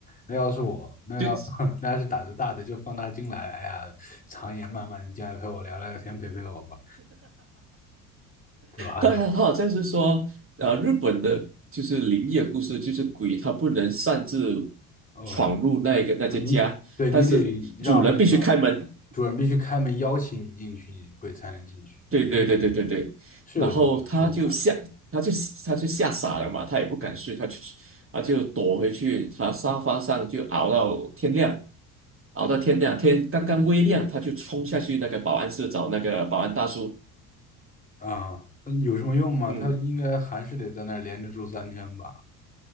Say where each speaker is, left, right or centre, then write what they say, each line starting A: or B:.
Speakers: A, on the left; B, on the right.
A: 那要是我，那要
B: 就
A: <laughs> 那要是胆子大的就放他进来，哎呀，长夜漫漫的进来陪我聊聊天，陪陪我吧，对吧？
B: 他他好像是说，呃，日本的就是灵异的故事，就是鬼他不能擅自
A: <laughs> 哦，
B: 闯入那个那些家，
A: 啊，你对你得让那个
B: 但是主人必须开门。
A: 主人必须开门邀请你进去，鬼才能进去，
B: 对对对对对对，
A: 是有这个说法
B: 然后他就吓，他就他就吓傻了嘛，他也不敢睡，他就他就躲回去，他沙发上就熬到天亮，熬到天亮，天刚刚微亮，他就冲下去那个保安室找那个保安大叔，
A: 的啊。那有什么用吗？
B: 嗯。
A: 他应该还是得在那儿连着住三天吧，